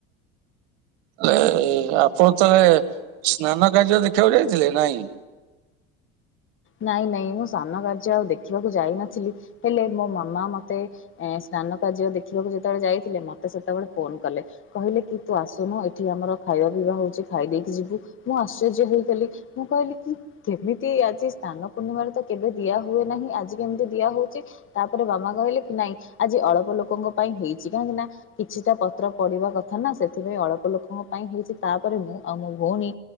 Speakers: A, on the right; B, on the left.
A: ହେଲେ ଆପଣ ତାହେଲେ ସ୍ନାନ କାର୍ଯ୍ୟ ଦେଖିବାକୁ ଯାଇଥିଲେ ନାଇଁ?
B: ନାଇଁ ନାଇଁ ମୁଁ ସ୍ନାନ କାର୍ଯ୍ୟ ଆଉ ଦେଖିବାକୁ ଯାଇନଥିଲି ହେଲେ ମୋ ମାମା ମତେ ଏ ସ୍ନାନ କାର୍ଯ୍ୟ ଦେଖିବାକୁ ଯେତେବେଳେ ଯାଇଥିଲେ ମତେ ସେତେବେଳେ ଫୋନ କଲେ। କହିଲେ କି ତୁ ଆସୁନୁ ଏଠି ଆମର ଖାଇବା ପିଇବା ହଉଛି ଖାଇଦେଇକି ଯିବୁ ମୁଁ ଆଶ୍ଚର୍ଯ୍ୟ ହେଇଗଲି। ମୁଁ କହିଲି କି କେମିତି ଆଜି ସ୍ନାନ ପୂର୍ଣ୍ଣିମାରେ ତ କେବେ ଦିଆ ହୁଏ ନାହିଁ ଆଜି କେମିତି ଦିଆ ହଉଛି? ତାପରେ ବାମା କହିଲେ କି ନାଇଁ ଆଜି ଅଳ୍ପ ଲୋକଙ୍କ ପାଇଁ ହେଇଛି କାହିଁକି ନା କିଛିଟା ପତ୍ର ପଡିବା କଥା ନା ସେଥିପାଇଁ ଅଳ୍ପ ଲୋକଙ୍କ ପାଇଁ ହେଇଛି ତାପରେ ମୁଁ ଆଉ ମୋ ଭଉଣୀ